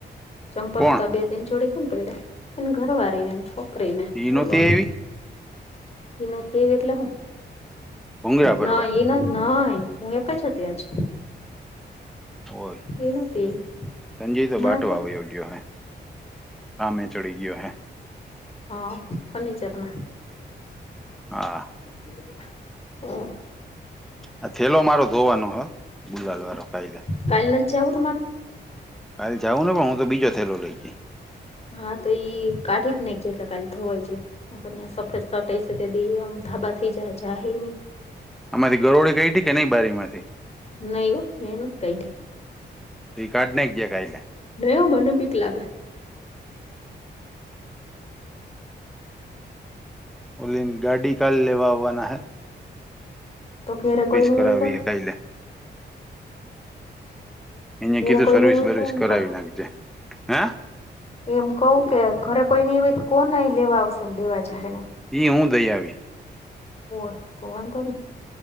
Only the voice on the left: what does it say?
ચંપલ
હુ કા બે-તઈન જોડી કેમ પઈડા? એન ઘરવારીને, એન છોકરીને,
હૂલોને
ઈ નતી એટલે હુ?
નઈ એ નઈ નઈ હું એક જ હતી આજ.
એ નતી
હમણાં
કે
હ ફર્નિચરના
<inaudible>
કાલ ન જાઉં તમારે
હા તો ઈ કાઠી જ ને છે એટલે કા ધોવાય છે. ત્યાં સફેદ સટઈ છે તે દી આમ ધાબા થઈ જાય જા હ નહી.
નયવ મહેનત કયરી
નયો મને બીક લાગે
તો ધેરે કોઈ ની
હોય તો
ઘેરે
કોઈ
નહી હોય
તો એમ
કવ
એમ કહું કે ઘરે કોઈ નઈ હોય તો કોને લેવા આવશે ને દેવાજાહે ને.
હોય તો વાંધો ન‌ઇ.